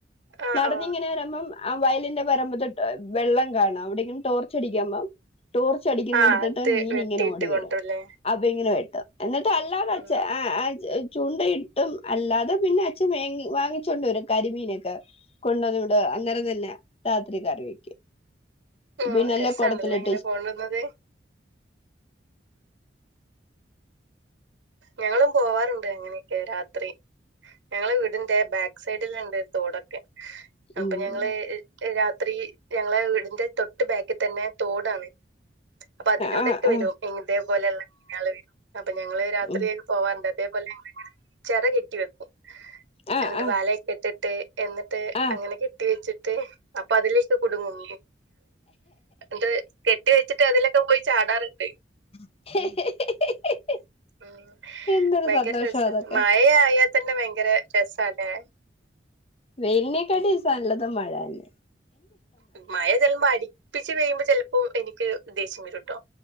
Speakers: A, on the right; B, on the left.
A: ആ
B: നടന്ന്
A: ആ
B: ഇങ്ങനെ വരുമ്പം ആഹ് വയലിന്റെ വരമ്പോത്തെ വെള്ളം കാണാം അവിടെയെങ്കിലും ടോർച്ച് അടിക്കുമ്പോ ടോർച്ച് അടിക്കുന്ന
A: ആ
B: എടുത്തിട്ട്
A: അത്
B: മീൻ
A: വെട്ടിയിട്ട്
B: ഇങ്ങനെ ഓടി
A: കൊണ്ടരുല്ലേ?
B: വരുക അത് ഇങ്ങനെ വെട്ടി എന്നിട്ട് അല്ലാ വച്ച്
A: ഉം
B: ചൂണ്ട ഇട്ടും അല്ലാതെ പിന്നെ അച്ഛൻ വങ്ങ വാങ്ങിച്ചോണ്ട് വരും കരിമീനൊക്കെ കൊണ്ടന്നിവിടെ അന്നേരം തന്നെ രാത്രി കറി വെക്കും
A: ആഹ്
B: പിന്നെല്ലാം
A: രസാണല്ലേ
B: കുടത്തിലിട്ട്
A: എങ്ങനെ കൊണ്ട് വരുന്നത് ഞങ്ങളും പോവാറുണ്ട് അങ്ങനെയൊക്കെ രാത്രി ഞങ്ങള് വീടിന്റെ ബാക്ക് സൈഡില് ഉണ്ട് ഒരു തോട് അപ്പൊ
B: ഉം
A: ഞങ്ങള് രാത്രി ഞങ്ങളെ വീടിന്റെ തൊട്ട് ബാാക്കിൽ തന്നെ തോടാണ് അപ്പൊ അതിലൂടെക്കെ
B: ആ ആ
A: വരും ഇതേ പോലെള്ള <unintelligible> അപ്പൊ ഞങ്ങള് രാത്രി
B: ഉം
A: പോവാണ്ട് അതേപോലെ ഞങ്ങൾ ച്ചെറ കെട്ടി വെക്കും
B: ആഹ്
A: എന്നിട്ട് വലയൊക്കെട്ട് എന്നിട്ട്
B: ആഹ് ആഹ്
A: അങ്ങനെ കെട്ടി വെച്ചിട്ട് അപ്പൊ അതില് കുടുങ്ങും ത് കെട്ടി വെച്ചിട്ട് അതിലൊക്കെ പോയി ചാടാറുണ്ട്
B: <inaudible>
A: ഉം
B: എന്തൊരു
A: ഭയങ്കര
B: സന്തോഷാ
A: രസാണ്
B: അതൊക്കെ
A: മഴ ആയാതന്നെ ഭയങ്കര രസാല്ലേ
B: വെയിലിനേക്കടി സാ നല്ലതും മഴന്നെ
A: ഉം മഴ ചെല് പ്പോ അടിപ്പിച്ച് പെയ്യുമ്പോ ചെലപ്പോ എനിക്ക് ദ്ദേശ്യം വരുട്ടോ